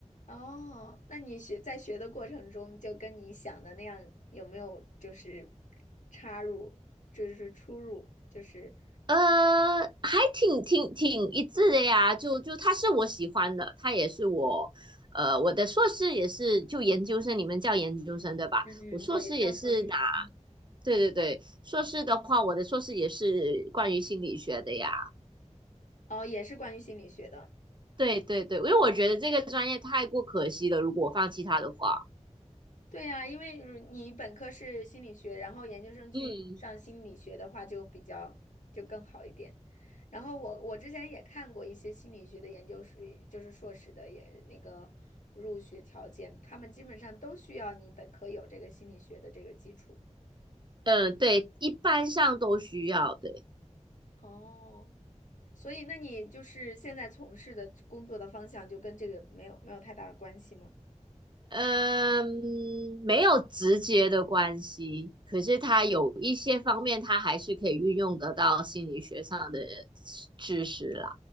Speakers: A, on the left; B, on the right.
A: 哦，那你学在学的过程中，就跟你想的那样，有没有就是插入，就是出入，就是
B: 呃，还挺挺挺一致的呀，就就他是我喜欢的，他也是我，呃，我的硕士也是就研究生，你们叫研究生对吧？
A: 嗯嗯，
B: 我硕士也是拿
A: 对，也叫硕士，嗯，
B: 对对对，硕士的话，我的硕士也是关于心理学的呀。
A: 哦，也是关于心理学的。
B: 对对对，因为我觉得这个专业太过可惜了，如果我放弃它的话，
A: 对呀，因为如你本科是心理学，然后研究生去上心理学的话，
B: 嗯，
A: 就比较就更好一点。然后我我之前也看过一些心理学的研究生，就是硕士的也那个入学条件，他们基本上都需要你本科有这个心理学的这个基础。
B: 嗯，对，一般上都需要，对。
A: 哦，所以那你就是现在从事的工作的方向就跟这个没有没有太大的关系吗？
B: 嗯，没有直接的关系，可是它有一些方面，它还是可以运用得到心理学上的知识啦。